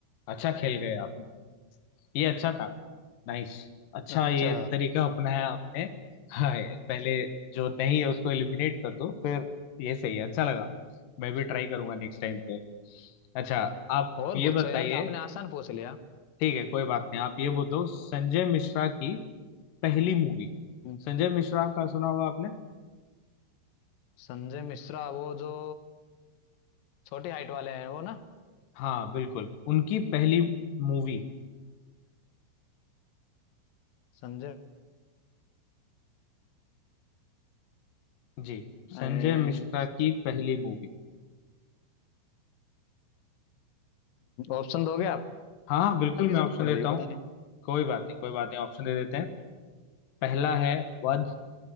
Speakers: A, on the left; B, on the left.
A: अच्छा खेल गए आपने तो। ये अच्छा था नाइस अच्छा
B: अच्छा
A: ये तरीका अपनाया आपने हाँ ये पहले जो नहीं है उसको एलिमिनेट कर दो फिर ये सही है अच्छा लगा मैं भी ट्राई करूंगा नेक्स्ट टाइम पे अच्छा आप
B: और
A: ये
B: पूछो
A: बताइए
B: यार तो आपने आसान पूछ लिया
A: ठीक है कोई बात नहीं आप ये बोल दो संजय मिश्रा की पहली मूवी
B: हम्म,
A: संजय मिश्रा का सुना होगा आपने
B: संजय मिश्रा वो जो छोटी हाइट वाले हैं वो ना
A: हाँ बिल्कुल उनकी पहली मूवी
B: संजय
A: जी संजय
B: ए,
A: मिश्रा की पहली मूवी
B: ऑप्शन दोगे आप
A: हाँ हाँ बिल्कुल
B: ऑप्शन की
A: मैं
B: जरूरत
A: ऑप्शन
B: पड़
A: देता
B: रही है
A: हूँ
B: पता नहीं
A: कोई बात नहीं कोई बात नहीं ऑप्शन दे देते हैं पहला है वध